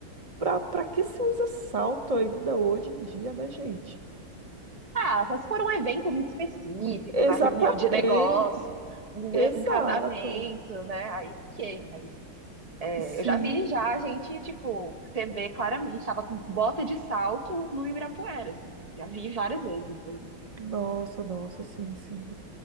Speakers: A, on the right (about 70°); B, on the right (about 30°).
A: pra, pra que se usa salto ainda hoje em dia, né, gente?
B: Ah, só se for um evento muito específico,
A: Exatamente,
B: na reunião de negócio, um,
A: exato.
B: e- um casamento, né? Aí, ok. Mas, é,
A: Sim,
B: eu já vi já gente, tipo, que você vê claramente, tava com bota de salto no Ibirapuera, assim. Já vi várias vezes, inclusive.
A: nossa, nossa, sim, sim.